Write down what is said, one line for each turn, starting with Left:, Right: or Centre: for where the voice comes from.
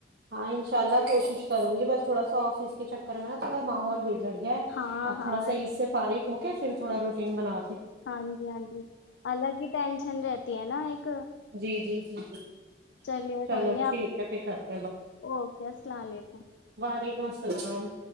Right: ہاں ان شاء اللہ کوشش کروں گی بس تھوڑا سا آفس کے چکر میں نا تھوڑا ماحول بھی گڑیا
Left: ہاں
Right: آپ
Left: ہاں
Right: تھوڑا سا اس سے فارغ ہوگ پھر تھوڑا روٹیین بنا
Left: ہاں جی ہاں جی الگ ہی ٹینشن رہتی ہے نا ایک
Right: جی جی جی
Left: چلیے
Right: چلو
Left: کوئی نہیں آپ
Right: ٹھیک ہے پ گ
Left: اوکے السلام علیکم
Right: وعلیکم السلام